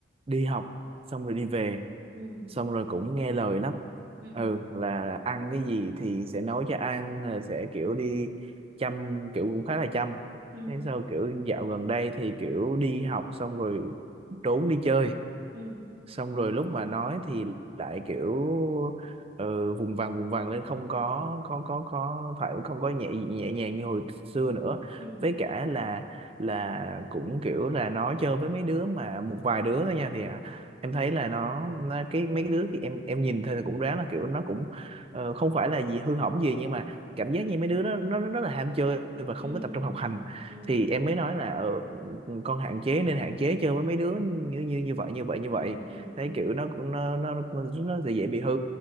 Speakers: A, on the right; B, on the right.
A: đi học xong rồi đi về
B: ừ
A: xong rồi cũng nghe lời lắm
B: ừ
A: ừ là, là ăn cái gì thì sẽ nói cho ăn rồi sẽ kiểu đi chăm kiểu cũng khá là chăm
B: ừ
A: thế sau kiểu dạo gần đây thì kiểu đi học xong rồi trốn đi chơi
B: ừ
A: xong rồi lúc mà nói thì lại kiểu uh, vùng vằng vùng vằng lên không có có có có phải không có nhẹ nhẹ nhàng như hồi xưa nữa
B: ừ
A: với cả là là cũng kiểu là nó chơi với mấy đứa mà một vài đứa thôi nha thì à, em thấy là nó, nó cái mấy cái đứa thì em em nhìn thấy là cũng ráng là kiểu nó cũng ờ, không phải là gì hư hỏng gì nhưng mà cảm giác như mấy đứa đó nó nó rất là ham chơi và không
B: ừ
A: có tập
B: ừ
A: trung học hành
B: ừ ừ
A: thì em mới nói là ờ, con hạn chế nên hạn chế chơi với mấy đứa như như như vậy như vậy như vậy
B: Ừ, ừ,
A: thấy
B: ừ,
A: kiểu nó cũng nó nó nó, nó dễ dễ bị hư